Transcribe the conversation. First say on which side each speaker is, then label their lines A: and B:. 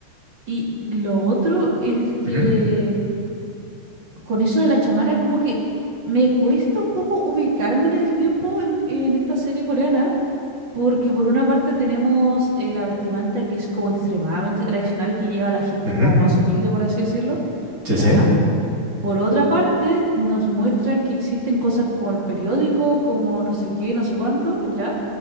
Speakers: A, on the right; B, on the right.
A: Y lo otro es que
B: Ujú,
A: con eso de la chamara, como que me cuesta un poco ubicarme en el tiempo en, en esta serie coreana, porque por una parte tenemos eh, la vestimenta que es como extremadamente tradicional, que lleva a la gente
B: ujú.
A: como más humilde, por así decirlo,
B: Sí,
A: ¿ya?
B: sí.
A: Por otra parte, nos muestran que existen cosas como el periódico, como no sé qué, no sé cuánto, ¿ya?